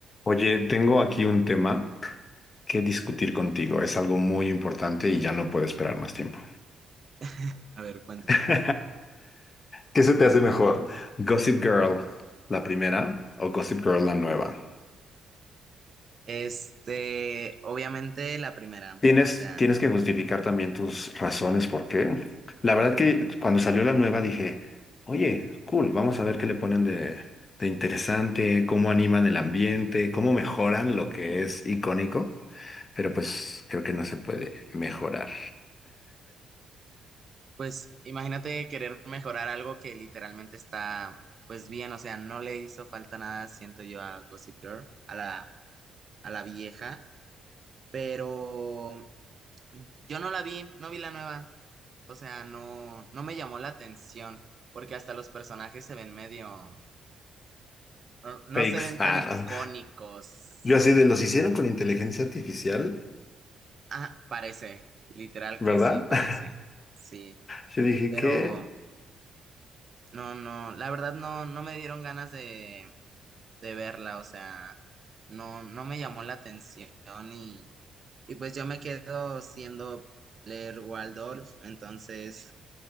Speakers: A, on the left (about 35°); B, on the right (about 45°).
A: Oye, tengo aquí un tema que discutir contigo. Es algo muy importante y ya no puedo esperar más tiempo.
B: <laughs> A ver, cuéntame.
A: <laughs> ¿Qué se te hace mejor? ¿Gossip Girl, la primera, o Gossip Girl, la nueva?
B: Este, obviamente la primera,
A: Tienes,
B: o sea,
A: tienes que justificar también tus razones por qué. La verdad que cuando salió la nueva dije, oye, cool, vamos a ver qué le ponen de, de interesante, cómo animan el ambiente, cómo mejoran lo que es icónico. Pero pues creo que no se puede mejorar.
B: pues imagínate querer mejorar algo que literalmente está, pues bien, o sea, no le hizo falta nada, siento yo, a Gossip Girl, a la, a la vieja, pero yo no la vi, no vi la nueva, o sea, no, no me llamó la atención, porque hasta los personajes se ven medio, no, no
A: Fakes.
B: se ven
A: Ah.
B: tan icónicos.
A: Yo así de los hicieron con inteligencia artificial,
B: Ah, parece, literal
A: ¿verdad?
B: que sí parece,
A: <laughs>
B: sí,
A: Yo dije,
B: pero...
A: ¿qué?
B: No, no, la verdad no, no me dieron ganas de, de verla, o sea, no, no me llamó la atención y, y pues yo me quedo siendo leer Waldorf, entonces,